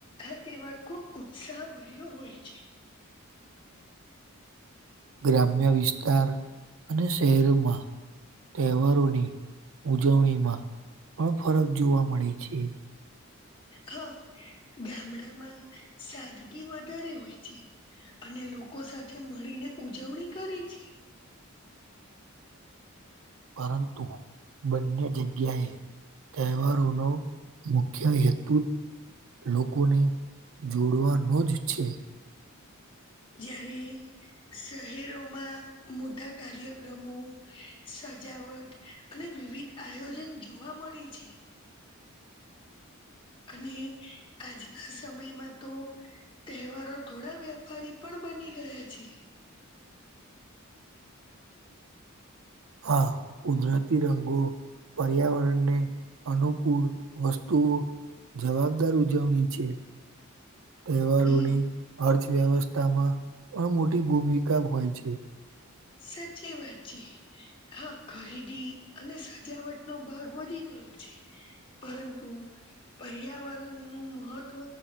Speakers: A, on the left; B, on the right.
A: આ તહેવાર ખુબ ઉત્સાહ ભર્યો હોય છે.
B: <inaudible> ગ્રામ્ય વિસ્તાર અને શહેરોમાં તહેવારોની ઉજવણીમાં પણ ફરક જોવા મળે છે.
A: હા ગામડામાં સાદગી વધારે હોય છે. અને લોકો સાથે મળીને ઉજવણી કરી છે.
B: પરંતુ બંને જગ્યાએ તહેવારોનો મુખ્ય હેતુ જ લોકોને જોડવાનો જ છે.
A: જ્યારે શહેરોમાં મોટા કાર્યક્રમો સ- સજાવટ અને વિવિધ આયોજન જોવા મળે છે. અને આજના સમયમાં તો તહેવારો થોડા વ્યાપારી પણ બની ગયા છે.
B: હા કુદરતી રંગો પર્યાવરણને અનુકૂળ વસ્તુઓ જવાબદાર ઉજવણી છે. તહેવારોની
A: હમ
B: અર્થવ્યવસ્થામાં પણ મોટી ભૂમિકા હોય છે.
A: સાચી વાત છે, હા ખરીદી અને સજાવટ નો ભાગ વધી ગ- યો છે. પરંતુ પર્યાવરણ નું મહત્વ